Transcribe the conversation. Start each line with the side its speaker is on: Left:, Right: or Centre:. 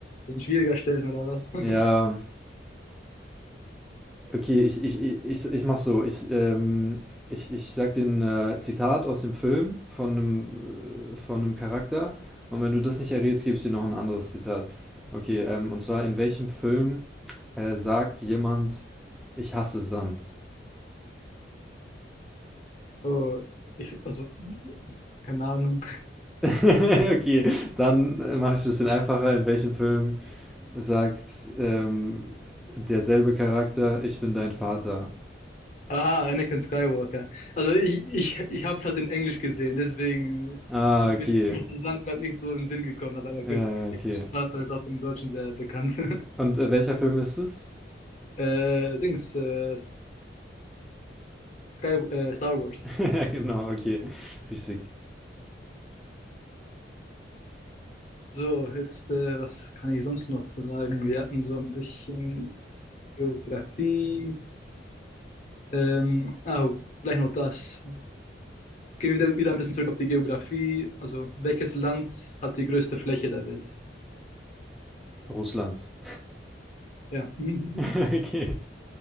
Left: Das ist ein schwieriger Stellen, oder was?
Centre: Ja,
Left: <laughs>
Centre: okay, ich, ich, ich, ich, ich mach so. Ich, ähm, ich, ich sag dir ein äh, Zitat aus dem Film von einem, äh, von einem Charakter. Und wenn du das nicht errätst, gebe ich dir noch ein anderes Zitat. Okay, ähm, und zwar: In welchem Film äh, sagt jemand, ich hasse Sand? <laughs>
Left: Oh, ich, also, keine Ahnung.
Centre: Okay, dann mache ich es ein bisschen einfacher. In welchem Film sagt ähm, derselbe Charakter, ich bin dein Vater.
Left: Ah, Anakin Skywalker. Also ich, ich, ich habe es halt in Englisch gesehen, deswegen
Centre: Ah,
Left: ist
Centre: okay.
Left: mir das Land gerade nicht so in den Sinn gekommen, aber ja, okay.
Centre: Äh, okay.
Left: Mein Vater ist auch im Deutschen sehr bekannt. <laughs>
Centre: Und äh, welcher Film ist es?
Left: Äh, Dings, äh, Sky, äh, Star Wars.
Centre: <laughs> Ja, genau, okay. Richtig.
Left: So, jetzt, äh, was kann ich sonst noch fragen? Wir hatten so ein bisschen Geografie. Ähm, ah, oh, gleich noch das. Gehen wir wieder, wieder ein bisschen zurück auf die Geografie. Also, welches Land hat die größte Fläche der Welt?
Centre: Russland. <laughs>
Left: Ja, <laughs>
Centre: Okay.